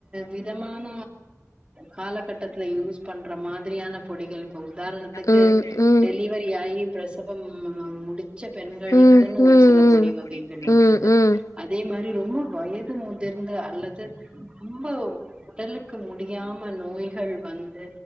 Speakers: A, on the right; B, on the left.
A: விதமான காலகட்டத்துல யூஸ் பண்ற மாதிரியான பொடிகள் இப்ப உதாரணத்துக்கு
B: ம் ம்
A: டெல்லி வரி ஆகி பிரசவம் முடித் ச்ச பெண்களுக்குன்னு
B: ம்
A: ஒரு
B: ம்
A: சில பொடி வகைகள்
B: ம்
A: இருக்குது
B: ம்
A: அதே மாரி ரொம்ப வயது முதிர்ந்த அல்லது ரொம்ப உடலுக்கு முடியாம நோய்கள் வந்து